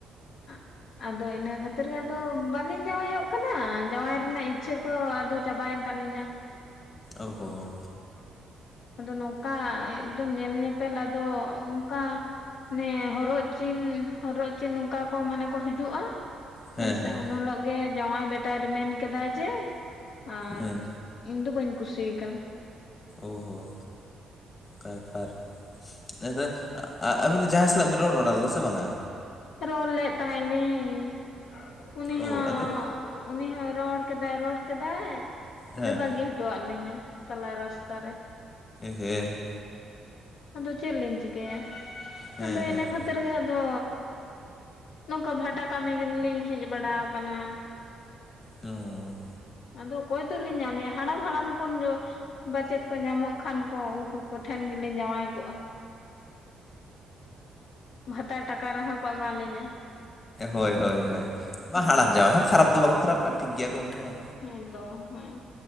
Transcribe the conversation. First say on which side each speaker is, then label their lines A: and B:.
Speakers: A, on the left; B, on the left.
A: ᱟᱜ ᱟᱫᱚ ᱤᱱᱟᱹ ᱠᱷᱟᱹᱛᱤᱨ ᱜᱮ ᱟᱫᱚ ᱵᱟᱹᱞᱤᱧ ᱡᱟᱶᱟᱭᱚᱜ ᱠᱟᱱᱟ ᱡᱟᱶᱟᱭ ᱨᱮᱱᱟᱜ ᱤᱪᱪᱷᱟᱹ ᱠᱚ ᱟᱫᱚ ᱪᱟᱵᱟᱭᱮᱱ ᱫᱟᱸᱞᱤᱧᱟ
B: ᱚᱸᱻᱦᱚᱸᱻ
A: ᱟᱫᱚ ᱱᱚᱝᱠᱟ ᱮᱸᱠ ᱫᱚᱢ ᱧᱮᱞ ᱧᱮᱯᱮᱞ ᱟᱫᱚ ᱱᱚᱝᱠᱟ ᱢᱮ ᱦᱚᱨᱚᱜ ᱪᱤᱱ ᱻᱦᱚᱨᱚᱜ ᱪᱤᱱ ᱱᱚᱝᱠᱟ ᱠᱚ ᱢᱟᱱᱮ ᱠᱚ ᱦᱤᱡᱩᱜᱼᱟ
B: ᱦᱮᱸ
A: ᱦᱮᱸᱥᱮᱸ
B: ᱦᱮᱸ
A: ᱩᱱ ᱦᱤᱞᱳᱜ ᱜᱮ ᱡᱟᱶᱟᱭ ᱵᱮᱴᱟᱭ ᱢᱮᱱ ᱠᱮᱫᱟᱭ ᱡᱮ ᱟᱨ
B: ᱦᱮᱸ
A: ᱤᱧ ᱫᱚ ᱵᱟᱹᱧ ᱠᱩᱥᱤᱭ ᱠᱟᱱᱟ
B: ᱚᱸ ᱦᱚᱸ ᱠᱟᱨ ᱯᱟᱨ ᱱᱮᱥ ᱫᱚ ᱟᱵᱤᱱ ᱡᱟᱦᱟᱸᱭ ᱥᱟᱞᱟᱜ ᱵᱮᱱ ᱨᱚᱲ ᱵᱟᱲᱟ ᱞᱮᱫᱟ ᱥᱮ ᱵᱟᱝᱼᱟ
A: ᱨᱚᱲ ᱞᱮᱫ ᱛᱟᱦᱮᱸᱜ ᱞᱤᱧ ᱩᱱᱤ ᱦᱚᱸ
B: ᱚ ᱟᱫᱚ
A: ᱩᱱᱤ ᱦᱚᱸᱭ ᱨᱚᱲ ᱠᱮᱫᱟᱭ ᱨᱚᱲ ᱠᱮᱫᱟᱭ ᱟᱫᱚᱭ
B: ᱦᱮᱸ
A: ᱵᱟᱹᱜᱤ ᱦᱚᱴᱚ ᱟᱫ ᱞᱤᱧᱟ ᱛᱞᱟ ᱨᱟᱥᱛᱟ ᱨᱮ
B: ᱦᱮᱸᱻᱮ
A: ᱟᱫᱚ ᱪᱮᱫ ᱞᱤᱧ ᱪᱤᱠᱟᱹᱭᱟ
B: ᱦᱮᱸ
A: ᱟᱫᱚ
B: ᱦᱮᱸ
A: ᱤᱱᱟᱹ ᱠᱷᱟᱹᱛᱤᱨ ᱜᱮ ᱟᱫᱚ ᱱᱚᱝᱠᱟ ᱵᱷᱟᱴᱟ ᱠᱟᱹᱢᱤ ᱜᱮ ᱞᱤᱧ ᱦᱮᱡ ᱵᱟᱲᱟ ᱟᱠᱟᱱᱟ
B: ᱚᱸ
A: ᱟᱫᱚ ᱚᱠᱚᱭ ᱫᱚ ᱞᱤᱧ ᱧᱟᱢᱮᱭᱟ ᱦᱟᱲᱟᱢᱻᱦᱟᱲᱟᱢ ᱠᱷᱚᱱ ᱵᱟᱪᱮᱫ ᱠᱚ ᱧᱟᱢᱚᱜ ᱠᱷᱟᱱ ᱠᱚ ᱩᱱᱠᱩ ᱠᱩᱴᱷᱮᱱ ᱜᱮ ᱞᱤᱧ ᱡᱟᱶᱟᱭ ᱠᱚᱜᱼᱟ ᱵᱷᱟᱛᱟᱨ ᱴᱟᱠᱟ ᱨᱮᱦᱚᱸ ᱠᱚ ᱮᱢᱟ ᱞᱤᱧᱟ
B: ᱦᱳᱭᱻᱦᱳᱭᱻᱦᱳᱭ
A: ᱦᱮᱸ
B: ᱢᱟ ᱦᱟᱲᱟᱢ ᱡᱟᱶᱟᱭ ᱦᱚᱸ ᱠᱷᱟᱨᱟᱯ ᱫᱚ ᱵᱟᱠᱚ ᱠᱷᱟᱨᱟᱯᱟ ᱴᱷᱤᱠ ᱜᱮᱭᱟ ᱠᱚ ᱩᱱᱠᱩ ᱦᱚᱸ
A: ᱦᱮᱸᱛᱚ ᱦᱮᱸ